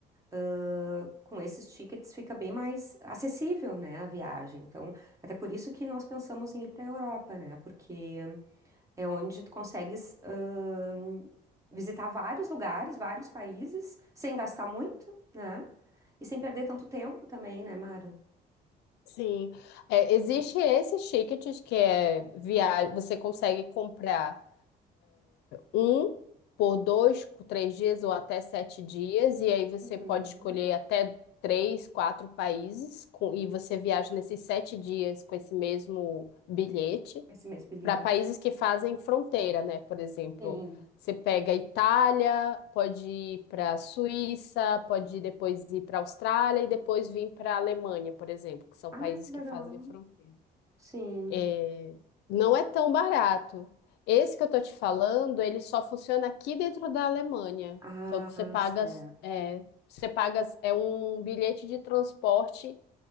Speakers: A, on the right; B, on the left.
A: ãh, com esses tickets fica bem mais acessível, né, a viagem. Então, até por isso que nós pensamos em ir para a Europa, né? Porque é onde tu consegues ãh, visitar vários lugares, vários países, sem gastar muito, né? E sem perder tanto tempo também, né, Mara?
B: Sim. É, existe esse ticket que é via... você consegue comprar. um por dois, três dias ou até sete dias, e aí você
A: Uhum.
B: pode escolher até três, quatro países, com- e você viaja nesses sete dias com esse mesmo bilhete
A: Esse mesmo bilhete.
B: para países que fazem fronteira, né? Por exemplo,
A: Sim.
B: você pega a Itália, pode ir para a Suíça, pode ir depois ir para a Austrália e depois vir para a Alemanha, por exemplo, que são
A: Ah,
B: países
A: que legal.
B: que fazem fronteira.
A: Sim.
B: É, não é tão barato. Esse que eu tô te falando, ele só funciona aqui dentro da Alemanha.
A: Ah,
B: Então, que você paga,
A: certo.
B: é, você paga é um bilhete de transporte